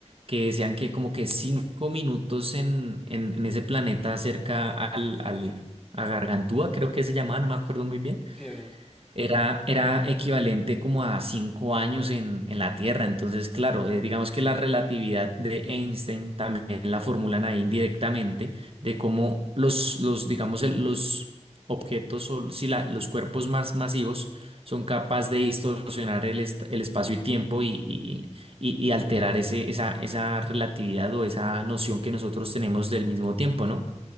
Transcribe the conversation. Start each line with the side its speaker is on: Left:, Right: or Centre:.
Right: que decían que como que cinco minutos en, en, en ese planeta cerca al, al, a Gargantúa, creo que se llamaba, no me acuerdo muy bien
Centre: Sí, así es.
Right: era, era equivalente como a cinco años en, en la Tierra. Entonces, claro, eh, digamos que la relatividad de Einstein también la formulan ahí directamente de cómo los, los digamos, el- los objetos o si la- los cuerpos más masivos son capaces de distorsionar el, est- el espacio y tiempo y, y- y- y alterar ese, esa, esa relatividad o esa noción que nosotros tenemos del mismo tiempo, ¿no?